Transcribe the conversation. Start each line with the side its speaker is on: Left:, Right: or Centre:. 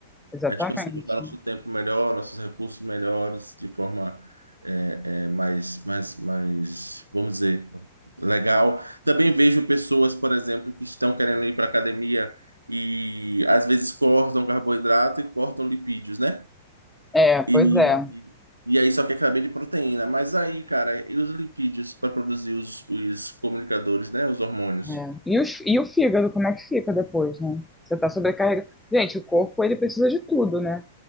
Centre: exatamente.
Right: A gente consegue usar nosso tempo melhor, nossos recursos melhores, de forma é, é, mais, mais, mais, vamos dizer, legal. Também vejo pessoas, por exemplo, que estão querendo ir para academia e às vezes cortam carboidrato e cortam lipídios, né?
Centre: É,
Right: E,
Centre: pois é.
Right: e aí só que acabei de proteína. Mas aí, cara, e os lipídios para produzir os, os comunicadores, né? Os hormônios.
Centre: é. E, os, e o fígado, como é que fica depois, né? Você tá sobrecarregado. Gente, o corpo, ele precisa de tudo, né?